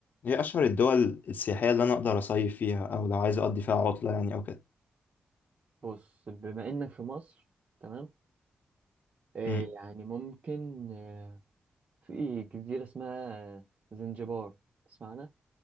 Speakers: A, on the left (about 75°); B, on the right (about 55°).
A: هي أشهر الدول السياحية اللي أنا أقدر أصيف فيها أو لو عايز أقضي فيها عطلة يعني أو كده
B: بص بما انك في مصر تمام آه
A: أمم،
B: يعني ممكن آه في جزيرة اسمها زنجبار تسمعنا